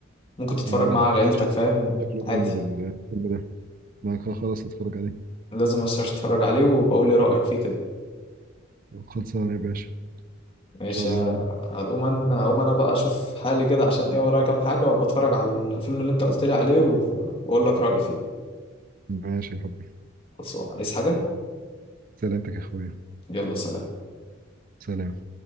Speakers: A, on the left; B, on the right.
A: ممكن تتفرج
B: اه
A: معاه على عيلتك
B: ده شك-
A: فاهم
B: شكله
A: عادي
B: جامد الفيلم ده انا خ- خلاص هتفرج عليه
A: لازم ما تنساش تتفرج عليه وبقول لي رأيك فيه كده
B: خلصانه يا باشا ان
A: ماشي
B: شاء الله
A: هقوم انا هقوم انا بقى اشوف حالي كده عشان ايه ورايا كام حاجة وابقى اتفرج على الفيلم اللي انت قلت لي عليه و- واقول لك رأيي فيه
B: ماشي يا حبي
A: خلصان عايز حاجة
B: سلامتك يا اخويا
A: يلا سلام
B: سلام